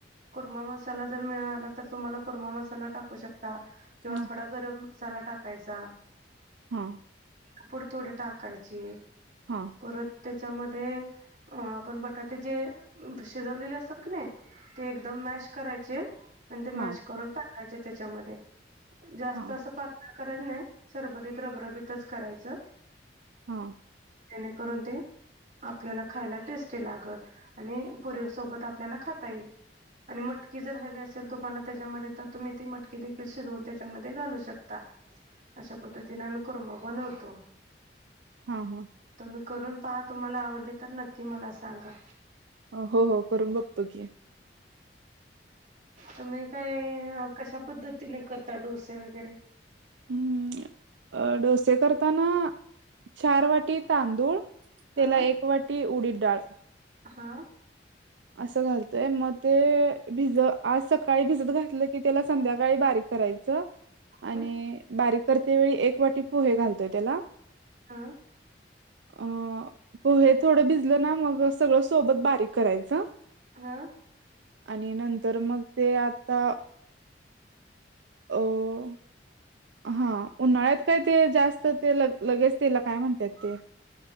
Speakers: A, on the right; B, on the right.
A: कोरमा मसाला जर मिळाला तर तुम्हाला कोरमा मसाला टाकू शकता किंवा
B: हा
A: थोडा गरम मसाला टाकायचा
B: हा
A: क पुढ थोडे टाकायचे
B: हां
A: परत त्याच्यामध्ये अ आपण बटाटे जे शिजवलेले असतात की नाही ते एकदम मॅश करायचे आणि ते मॅश
B: हा
A: करून टाकायचे त्याच्यामध्ये जास्त
B: हा
A: असं पातळ करायच नाही सरबरीित रबरबतच करायचं
B: हा
A: णे करून ते आपल्याला खायला टेस्टी लागल आणि पुरी सोबत आपल्याला खाता येईल आणि मटकी जर हवी असेल तुम्हाला त्याच्यामध्ये तर तुम्ही ती मटकी देखील शिजवून त्याच्यामध्ये घालू शकता. अशा पद्धतीने आम्ही करुबा बनवतो.
B: हा हा.
A: तुम्ही करून पहा तुम्हाला आवडली तर नक्की मला सांगा.
B: हो हो करून बघतो की
A: तुम्ही काय कशा पद्धतीने करता डोसे वगैरे
B: हम्म अ डोसे करताना चार वाटी तांदूळ
A: अं
B: त्याला एक वाटी उडीत डाळ
A: हा.
B: असं घालतोय मग ते भिजत आज सकाळी भिजत घातलं की त्याला संध्याकाळी बारीक करायचं आणि
A: ह
B: बारीक करते वेळी एक वाटी पोहे घालतोय त्याला
A: ह
B: अ पो हे थोडं भिजलं ना मग सगळं सोबत बारीक करायचं
A: हा
B: आणि नंतर मग ते आता <unintelligible> हा उन्हाळ्यात काय ते जास्त ते ल लगेच तला काय म्हणतात ते